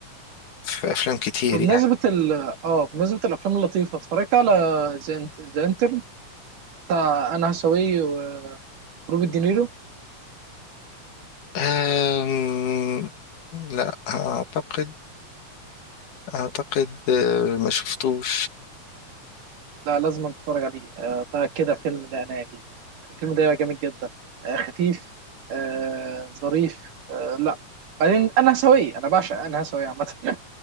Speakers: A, on the left; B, on the right.
A: في أفلام كتير
B: بمناسبة
A: يعني.
B: ال اه بمناسبة الأفلام اللطيفة اتفرجت على ذا انترن بتاع أنا هساوي وروبرت دينيرو
A: أم... لا أعتقد أعتقد آه، ما شفتوش
B: لا لازم اتفرج عليه آه، ده كده فيلم لا انا ليه الفيلم ده جامد جدا آه، خفيف آه، ظريف آه، لا بعدين انا هسويه انا بعشق انا هسويه عامه <laughs>